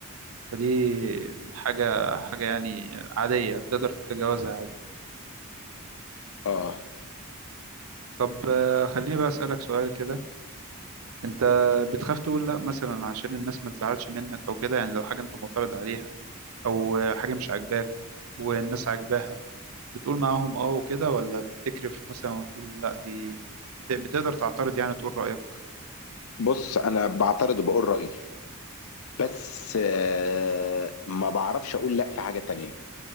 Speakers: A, on the right (about 75°); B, on the left (about 70°).
A: فدي حاجة حاجة يعني عادية تقدر تتجاوزها عادي
B: اه
A: طب آه خليني بقى أسألك سؤال كده أنت بتخاف تقول لأ مثلا عشان الناس ما تزعلش منك أو كده يعني لو حاجة أنت معترض عليها أو آه، حاجة مش عاجباك والناس عاجباها بتقول معاهم أه وكده ولا بتكرف مثلا وتقول لأ دي بت- بتقدر تعترض يعني تقول رأيك
B: بص انا بعترض وبقول رايي بس آه ما بعرفش اقول لا في حاجه تانية